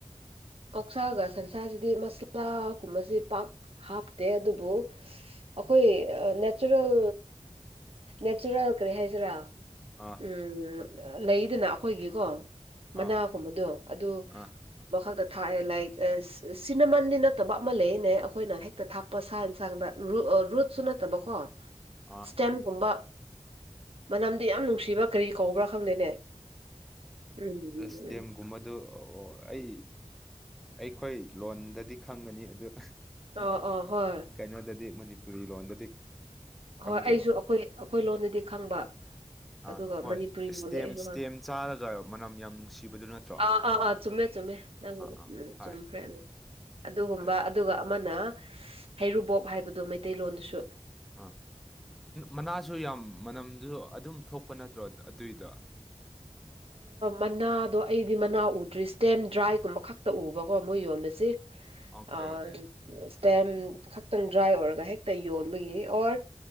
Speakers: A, on the right (about 55°); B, in the centre.
A: ꯀꯥꯛꯁꯥꯒ ꯁꯟꯁꯥꯁꯤꯗꯤ ꯃꯁꯂꯥꯒꯨꯝꯕꯁꯤ ꯄꯥꯛ ꯍꯥꯞꯇꯦ ꯑꯗꯨꯕꯨ ꯑꯩꯈꯣꯏ ꯅꯦꯆꯔꯦꯜ ꯅꯦꯆꯔꯦꯜ ꯀꯔꯤ ꯍꯥꯏꯁꯤꯔꯥ
B: ꯑꯥ
A: ꯎꯝ ꯂꯩꯗꯅ ꯑꯩꯈꯣꯏꯒꯤꯀꯣ
B: ꯑꯥ
A: ꯃꯅꯥꯒꯨꯝꯕꯗꯣ ꯑꯗꯨ
B: ꯑꯥ
A: ꯋꯥꯈꯜꯗ ꯊꯥꯛꯑꯦ ꯂꯥꯏꯛ ꯁꯤꯅꯃꯟꯗꯤ ꯅꯠꯇꯕ ꯑꯃ ꯂꯩꯌꯦꯅꯦ ꯑꯩꯈꯣꯏꯅ ꯍꯦꯛꯇ ꯊꯥꯛꯄ ꯁꯥ ꯌꯦꯟꯁꯥꯡꯗ ꯔꯨꯠꯁꯨ ꯅꯠꯇꯕꯀꯣ <unintelligible>
B: ꯑꯣꯐ
A: ꯑꯦꯝꯒꯨꯝꯕ ꯃꯅꯝꯗꯤ ꯌꯥꯝ ꯅꯨꯡꯁꯤꯕ ꯀꯔꯤ ꯀꯧꯕ꯭ꯔꯥ ꯈꯪꯗꯦꯅꯦ ꯎꯝ
B: ꯏꯁꯇꯦꯝꯒꯨꯝꯕꯗꯣ ꯑꯩ ꯑꯩꯈꯣꯏ ꯂꯣꯟꯗꯗꯤ ꯈꯪꯒꯅꯤ ꯑꯗꯨ
A: ꯑ ꯑ ꯍꯣꯏ
B: ꯀꯩꯅꯣꯗꯗꯤ ꯃꯅꯤꯄꯨꯔꯤ ꯂꯣꯟꯗꯗꯤ ꯈꯪꯗꯦꯅꯦ
A: ꯍꯣꯏ ꯑꯩꯁꯨ ꯑꯩꯈꯣꯏ ꯑꯩꯈꯣꯏ ꯂꯣꯟꯗꯗꯤ ꯈꯪꯕ
B: ꯑꯥ
A: ꯑꯗꯨꯒ
B: ꯍꯣꯏ
A: ꯃꯅꯤꯄꯨꯔꯤ
B: ꯏꯁꯇꯦꯝ
A: ꯂꯣꯟꯗ ꯑꯩꯁꯨ
B: ꯏꯁꯇꯦꯝ
A: ꯈꯪ
B: ꯆꯥꯔꯒ ꯃꯅꯝ ꯌꯥꯝ ꯅꯨꯡꯁꯤꯕꯗꯨ ꯅꯠꯇ
A: ꯑꯥ ꯑꯥ ꯑꯥ ꯆꯨꯝꯃꯦ ꯆꯨꯝꯃꯦ ꯅꯪ
B: ꯑꯥ ꯍꯣꯏ
A: ꯆꯨꯝꯈ꯭ꯔꯦ ꯑꯗꯨ ꯑꯗꯨꯒꯨꯝꯕ
B: ꯑꯗ
A: ꯑꯗꯨꯒ ꯑꯃꯅ ꯍꯩꯔꯨꯕꯣꯞ ꯍꯥꯏꯕꯗꯣ ꯃꯩꯇꯩꯂꯣꯟꯗꯨꯁꯨ
B: ꯑ ꯃꯅꯥꯁꯨ ꯌꯥꯝ ꯃꯅꯝꯗꯨ ꯑꯗꯨꯝ ꯊꯣꯛꯄ ꯅꯠꯇ꯭ꯔꯣ ꯑꯗꯨꯏꯗ
A: ꯃꯅꯥꯗꯣ ꯑꯩꯗꯤ ꯃꯅꯥ ꯎꯗ꯭ꯔꯤ ꯁ꯭ꯇꯦꯝ ꯗ꯭ꯔꯥꯏꯒꯨꯝꯕ ꯈꯛꯇ ꯎꯕꯀꯣ ꯃꯣꯏ ꯌꯣꯂꯁꯤ
B: ꯑꯣꯀꯦ
A: ꯑꯣ
B: ꯑꯣꯀꯦ
A: ꯏꯁꯇꯦꯝ ꯈꯛꯇꯪ ꯗ꯭ꯔꯥꯏ ꯑꯣꯏꯔꯒ ꯍꯦꯛꯇ ꯌꯣꯟꯕꯒꯤ ꯑꯣꯔ